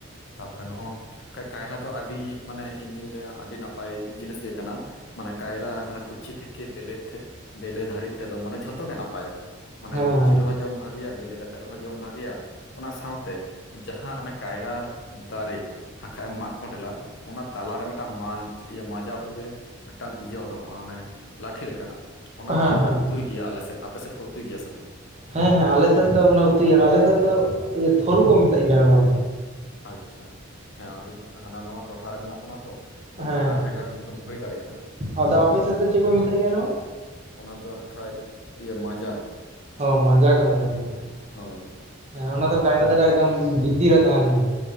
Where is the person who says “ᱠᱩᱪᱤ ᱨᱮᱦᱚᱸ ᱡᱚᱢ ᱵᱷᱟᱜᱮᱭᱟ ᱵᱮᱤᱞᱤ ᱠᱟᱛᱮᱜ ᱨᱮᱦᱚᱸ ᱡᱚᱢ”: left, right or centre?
Left